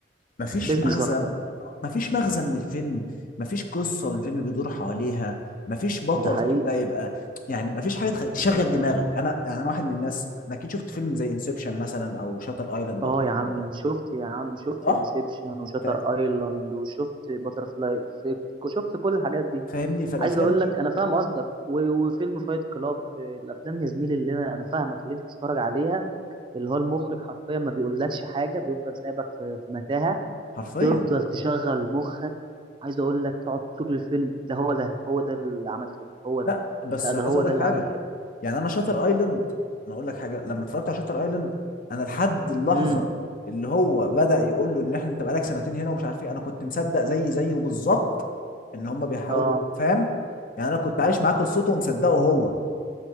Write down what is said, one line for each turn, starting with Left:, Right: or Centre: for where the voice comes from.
Left: مفيش
Right: بيزنس
Left: مغزى
Right: اكتر
Left: مفيش مغزى من الفيلم مفيش قصة والفيلم بيدور حواليها مفيش بطل
Right: ده حقيقي
Left: كده يبقى يعني مفيش حاجة تخ- تشغل دماغك انا يعني انا واحد من الناس أنا اكيد شفت فيلم زي انسبشن مثلا او شاتر ايلاند
Right: اه
Left: او الكلام
Right: يا عم
Left: ده
Right: شفت يا عم شفت
Left: صح
Right: انسبشن وشاتر
Left: فا-
Right: ايلاند وشفت باترفلاي افكت وشفت كل الحاجات دي
Left: فاهمني فالافلام
Right: عايز اقول
Left: دي
Right: لك انا فاهم قصدك و... وفيلم فايت كلاب الافلام يا زميلي اللي انا انا فاهمك اللي انت بتتفرج عليها اللي هو المخرج حرفيا ما بيقولكش حاجه بيفضل سايبك في, في متاهه
Left: حرفيا
Right: تفضل تشغل مخك عايز اقول لك تقعد طول الفيلم ده هو ده هو ده اللي عمل كده هو ده
Left: لا بس
Right: لا ده
Left: عايز
Right: هو
Left: اقول
Right: ده
Left: لك
Right: اللي
Left: حاجه
Right: عمل كده
Left: يعني انا شاتر ايلاند انا اقول لك حاجه لما اتفرجت على شاتر ايلاند انا لحد اللحظه
Right: امم
Left: اللي هو بدأ يقول له ان احنا انت بقالك سنتين هنا ومش عارف ايه انا كنت مصدق زي زيه بالظبط ان هم بيحاولوا
Right: اه
Left: فاهم يعني انا كنت عايش معاه قصته ومصدقه هو